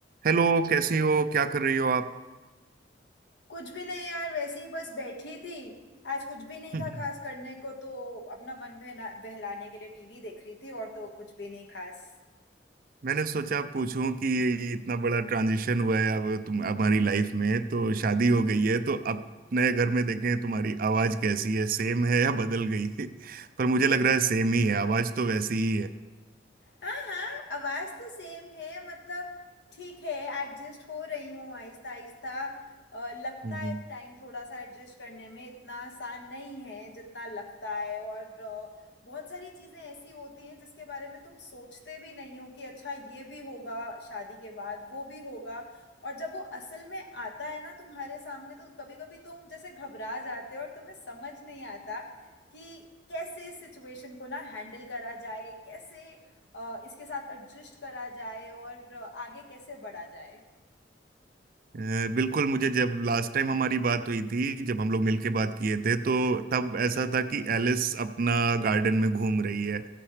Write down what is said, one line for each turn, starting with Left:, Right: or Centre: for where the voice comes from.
Right: Hello कैसी हो क्या कर रही हो आप
Left: कुछ भी नहीं यार वैसे ही बस बैठी थी आज कुछ भी नहीं
Right: <laughs> हम्म।
Left: था खास करने को तो अपना मन बहना बहलाने के लिए टीवी देख रही थी और तो कुछ भी नहीं खास
Right: मैंने सोचा पूछूं कि ये इतना बड़ा ट्रांजिशन हुआ है अब तुम हमारी लाइफ में तो शादी हो गई है तो अब नए घर में देखें तुम्हारी आवाज कैसी है सेम है या बदल गई है <laughs> पर मुझे लग रहा है सेम ही है आवाज तो वैसी ही
Left: हाँ हाँ आवाज तो सेम है मतलब ठीक है एडजस्ट हो रही हूँ आहिस्ता आहिस्ता अ, लगता
Right: है
Left: है
Right: <laughs>
Left: टाइम थोड़ा सा एडजस्ट करने में इतना आसान नहीं है जितना लगता है और अ, बहुत सारी चीजें ऐसी होती हैं जिसके बारे में तुम सोचते भी नहीं हो कि अच्छा ये भी होगा शादी के बाद वो भी होगा और जब वो असल में आता है ना तुम्हारे सामने तो कभी कभी तुम जैसे घबरा जाते हो और तुम्हें समझ नहीं आता कि कैसे सिचुएशन को ना हैंडल करा जाए कैसे अ, इसके साथ एडजस्ट करा जाए और आगे कैसे बढ़ा जाए
Right: अ, बिल्कुल मुझे जब लास्ट टाइम हमारी बात हुई थी जब हम लोग मिलके बात किए थे तो तब ऐसा था कि एलिस अपना गार्डन में घूम रही है